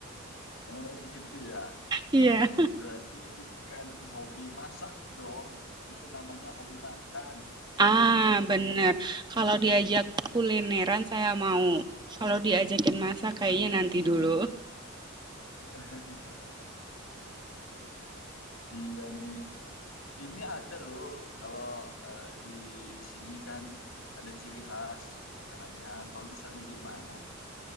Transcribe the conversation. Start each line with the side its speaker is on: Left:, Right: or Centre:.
Left: oh gitu ya.
Right: Iya.
Left: Berarti bukan hobi masak dong. Itu namanya hobi makan.
Right: Ah, bener. Kalau diajak kulineran saya mau. Kalau diajakin masak kayaknya nanti dulu.
Left: <laughs> Iya nih. Ini ada loh, kalau eh, di sini kan ada ciri khas makanannya. Kalau di sana gimana?